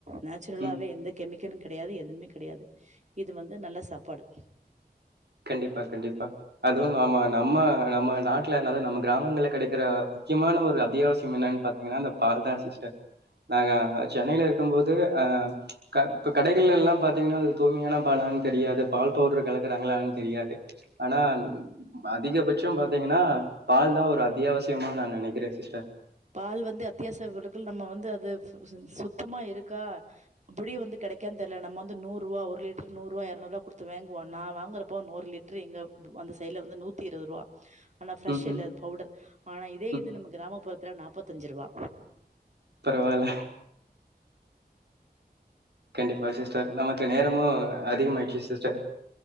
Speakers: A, on the right; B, on the right.
A: நேச்சுரலாவே
B: ம்
A: எந்த கெமிக்கலு கெடையாது எதுவுமே கெடையாது இது வந்து நல்ல சாப்பாடு
B: கண்டிப்பா கண்டிப்பா அதுவு நாம நம்ம நம்ம நாட்ல அதாவது நம்ம கிராமங்கள்ல கெடைக்கிற முக்கியமான ஒரு அத்தியாவசியம் என்னன்னு பாத்தீங்கன்னா அந்த பால்தா சிஸ்டர் நாங்க சென்னையில இருக்கும்போது ஆ க இப்ப கடைகள் எல்லாம் பாத்தீங்கன்னா அது தூய்மையான பாலான்னு தெரியாது பால் பவுடர் கலக்கறாங்களான் தெரியாது ஆனா ம் அதிகபட்ச் பாத்தீங்கன்னா பால் தான் ஒரு அத்தியாவசிய முக்கியமா நா நெனக்கிறே சிஸ்டர்
A: பால் வந்து அத்தியாச பொருகள் நம்ம வந்து அது சுத்தமா இருக்கா அப்டியே வந்து கெடைக்கான்னு தெரியல நம்ம வந்து நூறு ரூபா ஒரு லிட்டரு நூறு ரூபா இரநூறு ரூபாய் கொடுத்து வாங்குவோம் நான் வாங்கறப்போ ஒரு லிட்டரு எங்க அந்த சைடல வந்து நூத்தி இருபது ரூவா ஆனா ஃபிரெஷ்
B: ம்
A: இல்ல
B: ம்
A: அது படர் ஆனா இதே
B: ம்
A: இது நம கிராமப்புர கிலோ நாற்பத்தஞ்சு ரூபா
B: பரவால்ல கண்டிப்பா சிஸ்டர் நமக்கு நேரமும் அதிகமாயிடுச் சிஸ்டர்